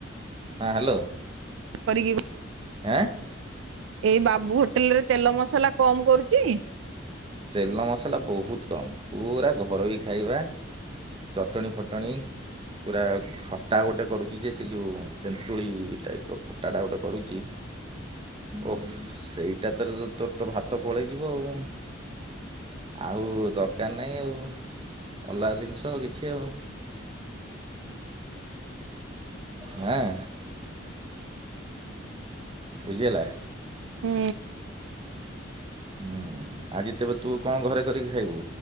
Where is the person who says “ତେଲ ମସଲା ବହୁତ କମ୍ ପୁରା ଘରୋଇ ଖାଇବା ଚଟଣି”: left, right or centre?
Right